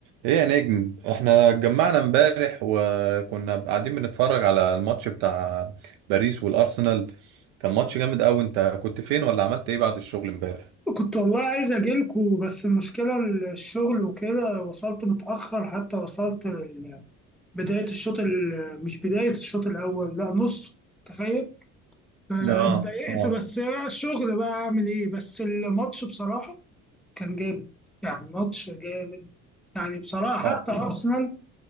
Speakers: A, on the right; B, in the centre.
A: ايه يا نجم احنا اتجمعنا امبارح وكنا قاعدين بنتفرج على الماتش بتاع باريس والارسنال كان ماتش جامد قوي انت كنت فين ولا عملت ايه بعد الشغل امبارح
B: كنت والله عايز أجيلكوا بس المشكلة الشغل وكده وصلت متأخر حتى وصلت ال- بداية الشوط ال- مش بداية الشوط الأول لا نص تخيل اتضايقت
A: اه اه
B: بس الشغل بقى أعمل إيه بس الماتش بصراحة كان جامد يعني ماتش جامد يعني بصراحة
A: اه
B: حتى أرسنال